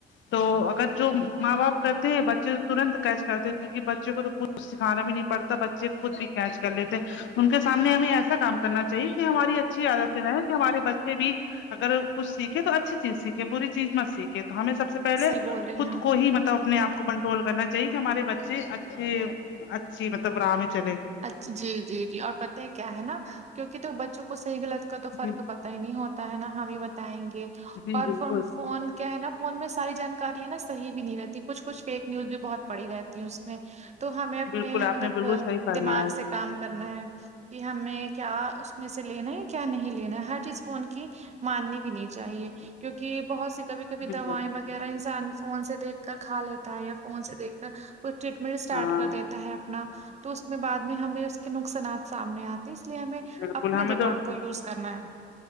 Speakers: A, on the left; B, on the right.
A: تو اگر جو ماں باپ کرتے ہیں بچے ترنت کیچ کرتے ہیں کیونکہ بچے کو تو کچھ کچھ سکھانا بھی نہیں پڑتا بچے خود بھی کیچ کر لیتے ہیں ان کے سامنے ہمیں ایسا کام کرنا چاہیے کہ ہماری ا اچھی عادتیں کہ ہمارے بچے بھی اگر کچھ سیکھے تو اچھی چیز سیکھے بری چیز مت سیکھے تو ہمیں سب سے پہل
B: صحیح بول رہی ہیں
A: خود
B: آپ
A: کو ہی مطلب اپنے آ کو کنٹ ٹول کرنا چاہیے کہ ہمارے بچے اچھے اچھی مطلب راہ میں چلے
B: اچھا جی جی جی اور پت ہے کیا ہے نا کیونکہ تو بچوں کو صحیح گلط اس کا تو فرق
A: جی
B: پتا ہی نہیں ہوتا ہے نا ہم ہی بتائیں گے
A: جی
B: اور
A: بالکل
B: ف فون کیا ہے نا فون میں ساری جانکاری ہے نا صح بھی نہیں رہتی کچھ کچھ فیک نیوز بھی بہت پڑی رہتی اس میں تو ہمیں اپنے
A: بالکل آپ
B: مطلب
A: نے بالکل صحیح فرمایا
B: دماغ سے کام کرنا ہے کہ ہمیں کیا اس میں سے لینا ہے کیا نہیں لینا ہے ہر چیز فون کی ماننی بھی نہیں چاہیے کیونکہ بہت سی کبھی کبھی
A: بالکل
B: دوائیں وغیرہ انسان فون سے دیکھ کر کھا لیتا ہے یا فون سے دیکھ وہ ٹریٹمنٹ اسٹارٹ
A: ہاں
B: کر دیتا ہے اپنا تو بعد میں ہم بھی اس کے نقصانات سامنے آتے اس لیے ہمیں
A: بالکل
B: اپنے
A: ہمیں
B: دماغ
A: تو
B: کو یوز کرنا ہے